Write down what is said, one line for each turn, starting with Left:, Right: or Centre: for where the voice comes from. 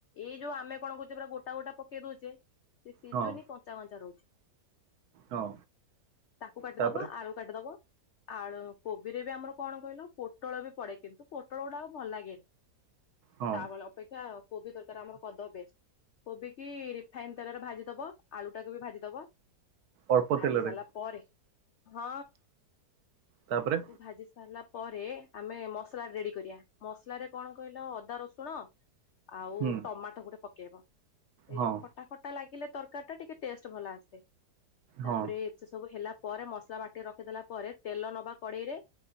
Left: ଏଇ ଯୋଉ ଆମେ କଣ କହୁଛେ ପୁରା ଗୋଟା ଗୋଟା ପକେଇ ଦଉଛେ। ସେ ସିଜୁନି
Right: ହଁ
Left: କଞ୍ଚା କଞ୍ଚା ରହୁଛି।
Right: ହଁ
Left: ତାକୁ କାଟିଦବା
Right: ତାପରେ
Left: ଆଳୁ କାଟିଦବ ଆଉ କୋବିରେ ବି ଆମର କଣ କହିଲ ପୋଟଳ ବି ପଡେ କିନ୍ତୁ ପୋଟଳ ଗୁଡାକ ଭଲ ଲାଗେନି।
Right: ହଁ
Left: ତାମଳ ଅପେକ୍ଷା କୋବି ତରକାରୀ ଆମର କଦ ବେଷ୍ଟ କୋବି କି ରିଫାଇନ ତେଲରେ ଭାଜି ଦବ ଆଳୁ ଟାକୁ ବି ଭାଜି ଦବ
Right: ଅଳ୍ପ
Left: ଭାଜି
Right: ତେଲରେ
Left: ସାରିଲା ପରେ ହଁ।
Right: ତାପରେ
Left: ତାକୁ ଭାଜି ସାରିଲ ପରେ ଆମେ ମସଲା ରେଡି କରିବା ମସଲାରେରେ କଣ କହିଲ ଅଦା ରସୁଣ ଆଉ
Right: ହୁଁ
Left: ଟମାଟୋ ଗୋଟେ ପକେଇବ ଏଇ
Right: ହଁ
Left: ଯୋଉ ଖଟା ଖଟା ଲାଗ ତରକାରୀ ଟା ଟିକେ ଟେଷ୍ଟ ଭଲ ଆସେ ତାପରେ
Right: ହଁ
Left: ଏତେ ସବୁ ହେଲା। ପରେ ମସଲା ବାଟି ରଖିଦେଲା ପରେ ତେଲ ନବା କଡେଇରେ